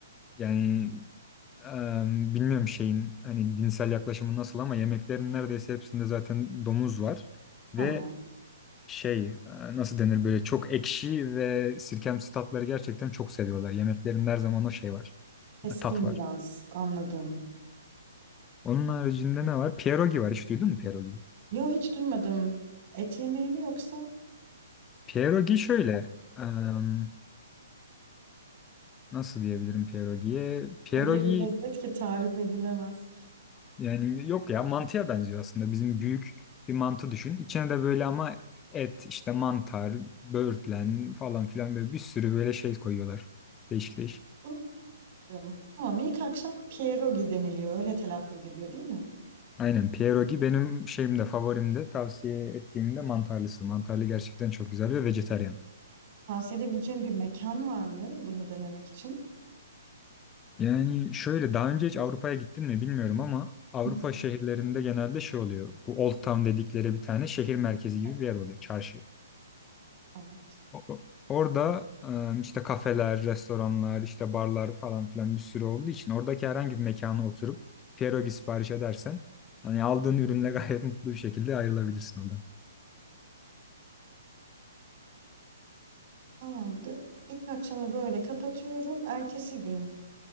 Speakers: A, on the left; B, on the right.
A: Yani em, bilmiyorum şeyin hani dinsel yaklaşımı nasıl ama yemeklerin neredeyse hepsinde zaten domuz var. Ve
B: Ama
A: şey e, nasıl denir böyle çok ekşi ve sirkemsi tatları gerçekten çok seviyorlar. Yemeklerin her zaman o şey var.
B: keskin
A: Tat var.
B: biraz anladım.
A: Onun haricinde ne var? Pierogi var. Hiç duydun mu pierogi?
B: Yo hiç duymadım. Et yemeği mi yoksa
A: Pierogi şöyle em, nasıl diyebilirim pierogiye? Pierogi
B: öyle bir lezzet ki tarif edilemez.
A: Yani yok ya mantıya benziyor aslında. Bizim büyük bir mantı düşün. İçine de böyle ama et, işte mantar, böğürtlen falan filan böyle bir sürü böyle şey koyuyorlar. Değişik değişik.
B: Bunu isterim. Tamam ilk akşam pierogi deniliyor. Öyle telaffuz ediliyor değil mi?
A: Aynen pierogi benim şeyimde favorimde tavsiye ettiğimde mantarlısı. Mantarlı gerçekten çok güzel ve vejetaryen.
B: Tavsiye edebileceğim bir mekan var mı bunu denemek için?
A: Yani şöyle daha önce hiç Avrupa'ya gittin mi bilmiyorum ama Avrupa
B: Evet.
A: şehirlerinde genelde şey oluyor. Bu Old Town dedikleri bir tane şehir merkezi gibi
B: <laughs>
A: bir yer oluyor. Çarşı.
B: Evet,
A: O- Orada e, işte kafeler, restoranlar, işte barlar falan filan bir sürü olduğu için oradaki herhangi bir mekana oturup pierogi sipariş edersen hani aldığın ürünle <laughs> gayet mutlu bir şekilde ayrılabilirsin oradan.
B: tamamdır. İlk akşamı böyle kapatıyorum. Ertesi gün,